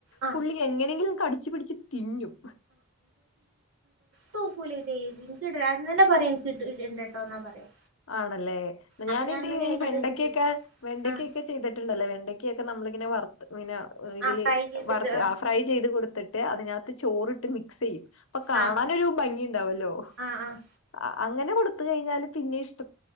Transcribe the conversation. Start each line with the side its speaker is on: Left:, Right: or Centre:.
Right: ആഹ്
Left: പുള്ളി എങ്ങനെങ്കിലും കടിച്ചു പിടിച്ച് തിന്നും
Right: തൂക്കൂല ഇതു അത് തന്നെ പറയാം എനിട്ടണ്ടട്ടോ എന്നാ പറയാ
Left: ആണല്ലേ
Right: അപ്പൊ
Left: ഞാനെന്തെയ്യും
Right: ഞാൻ ഇന്ന് വേഗം
Left: ഈ വെണ്ടക്കയൊക്കെ
Right: അത് ചെയ്ത്
Left: വെണ്ടക്കയൊക്കെ
Right: ആഹ്
Left: ചെയ്തിട്ടുണ്ടല്ലേ വെണ്ടക്കയൊക്കെ നമ്മള് ഇങ്ങനെ വറുത്ത് പിന്നെ ഇതില്
Right: ആഹ് ഫ്രൈ ചെയ്തിട്ട്
Left: വറുത്ത്ആ ഫ്രൈ ചെയ്ത് കൊടുത്തിട്ട് അതിനാത്ത് ചോറിട്ട് മിക്സ് ചെയ്യും അപ്പൊ കാണാനൊരു
Right: ആഹ് ആഹ്
Left: ഭംഗി ഉണ്ടാവല്ലോ
Right: ആഹ് ആഹ്
Left: ആ അങ്ങനെ കൊടുത്ത്കഴിഞ്ഞാല് പിന്നെ ഇശ്